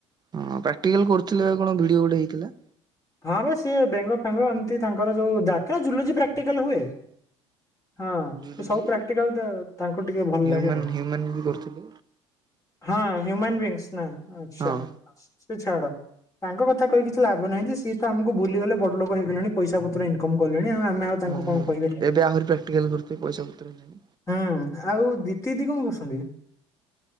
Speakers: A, on the right; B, on the left.
A: ହଁ ପ୍ରାକ୍ଟିକାଲ କରୁଥିଲେ ବା କଣ ଭିଡିଓ ଗୋଟେ ହେଇଥିଲା।
B: ହଁ ବା ସିଏ ବେଙ୍ଗ ଫେଙ୍ଗ ଏମିତି ତାଙ୍କର ଯୋଉ ଡାକେ ଜୁଲୋଜି ପ୍ରାକ୍ଟିକାଲ ହୁଏ। ହଁ
A: ଜୁଲୋଜି
B: ସେ ସବୁ ପ୍ରାକ୍ଟିକାଲ ତ ତାଙ୍କୁ ଟିକେ ଭଲ
A: ହ୍ୟୁମାନ
B: ଲାଗେ ଆଉ।
A: ହ୍ୟୁମାନ ବି କରୁଥିଲେ
B: ହଁ ହ୍ୟୁମନ ବିଙ୍ଗସ ନା ଆଛା।
A: ହଁ।
B: ସେ ଛାଡ ତାଙ୍କ କଥା କହି କିଛି ଲାଭ ନାହିଁ। ଯେ ସିଏ ତ ଆମକୁ ଭୁଲିଗଲେ ବଡ ଲୋକ ହେଇଗଲେଣି। ପଇସା ପତ୍ର ଇନକମ କଲେଣି ଆ ଆମେ ଆଉ ତାଙ୍କୁ
A: ହଁ
B: କଣ
A: ହଁ
B: କହିପାରିବା?
A: ଏବେ ଆହୁରି ପ୍ରାକ୍ଟିକାଲ କରୁଥିବେ ପଇସା ପତ୍ର ହେଲାଣି।
B: ହୁଁ ଆଉ ଦିଦି ଦି କଣ କରୁଛନ୍ତି?